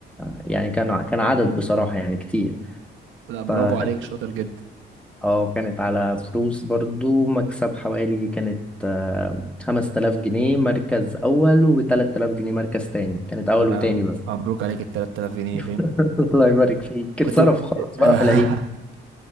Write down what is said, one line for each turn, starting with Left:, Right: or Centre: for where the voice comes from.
Centre: يعني كان كان عدد بصراحة يعني كتير
Right: لا برافو
Centre: فخدت
Right: عليك شاطر جدا
Centre: اه كانت على فلوس برضو مكسب حوالي كانت آه، 5000 جنيه مركز أول و3000 جنيه مركز تاني كانت أول
Right: يا
Centre: وتاني
Right: عم،
Centre: بس
Right: مبروك عليك ال 3000 جنيه فين
Centre: <laughs> الله يبارك فيك اتصرف
Right: بتد...
Centre: خلاص بقى
Right: <laughs>
Centre: في العيد